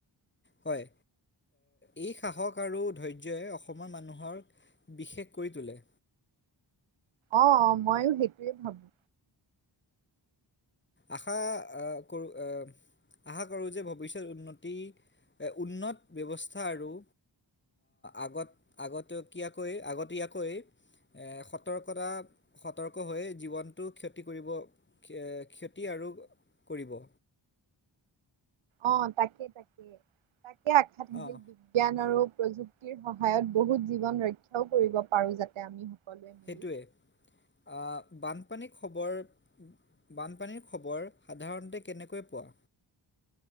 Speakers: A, on the left; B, on the right.
A: হয় এই সাহস আৰু ধৈৰ্যই অসমৰ মানুহৰ, বিশেষ কৰি তোলে।
B: অ অ মইয়ো সেইটোৱে ভাবো।
A: আশা আ কৰো আ, আশা কৰোঁ যে ভৱিষ্যত উন্নতি উন্নত ব্যৱস্থা আৰু আগত আগতে কিয়াকৈ আগতীয়াকৈ। সতৰ্কতা সতৰ্ক হৈ জীৱনটো ক্ষতি কৰিব এ, ক্ষতি আৰু কৰিব।
B: অ তাকে তাকে তাকে আশা থাকিল।
A: অঁ
B: জ্ঞান আৰু প্ৰযুক্তিৰ সহায়ত বহুত জীৱন ৰক্ষাও কৰিব পাৰোঁ যাতে আমি সকলোৱে। মিলি
A: সেইটোৱে আ বানপানী খবৰ। বানপানীৰ খবৰ সাধাৰণতে কেনেকৈ পোৱা।